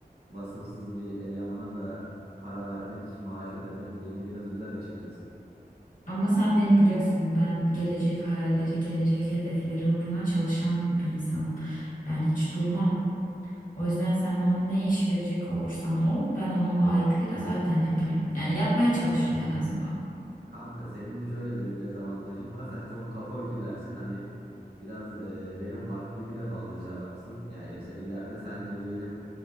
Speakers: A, on the right (about 80°); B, on the left (about 55°).
A: vasıfsız bir elemana da para vermek, maaş ödemek beni biraz üzer açıkçası.
B: Ama sen beni biliyorsun. Ben gelecek hayalleri, gelecek hedefleri uğruna çalışan bir insanım. Yani hiç durmam. O yüzden sen bana ne iş verecek olursan ol, ben onu layıkıyla zaten yaparım. Yani yapmaya çalışırım en azından.
A: Kanka senin şöyle de bir dezavantajın var. Sen çok kafa ütülersin. Hani biraz e, benim vaktimi de fazla çalarsın. Ya yani mesela ileride senle diyelim